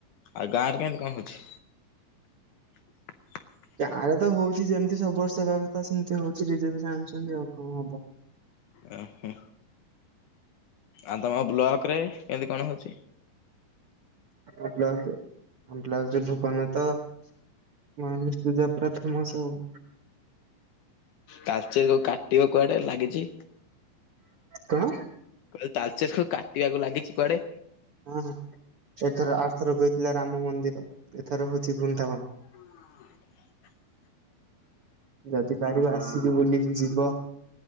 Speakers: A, on the left (about 75°); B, on the right (about 65°).
A: ଆଉ ଗାଁରେ କେମିତି କଣ ହଉଛି? <inaudible>
B: ଗାଁ ରେ ତ ହଉଛି ଯେମିତି ସବୁ ବର୍ଷ ହବା କଥା ସେମିତି ହଉଛି ଡିଜେ ଫିଜେ ଆଣିଛନ୍ତି ଆଉ କଣ ହବ।
A: ଓହୋ ଆଉ ତମ ବ୍ଲକ ରେ କେମିତି କଣ ହଉଛି।
B: ଆମ ବ୍ଲକ ଆମ ବ୍ଲକ ରେ ଧୁ ଗଣେଶ ପୂଜା ପୁରା ଫେମସ ଆଉ।
A: ତାଳଚେର ଯୋଉ କାଟିବ କୁଆଡେ ଲାଗିଛି।
B: କଣ।
A: ଯୋଉ ତାଲଚେର କୁ କାଟିବାକୁ ଲାଗିଛି କୁଆଡେ।
B: ହଁ ସେଥର ଆର ଥର ହେଇଥିଲା ରାମ ମନ୍ଦିର ଏଥର ହଉଛି ବୃନ୍ଦାବନ।
A: ହଁ
B: ଯଦି ପାରିବ ଆସିକି ବୁଲିକି ଯିବ।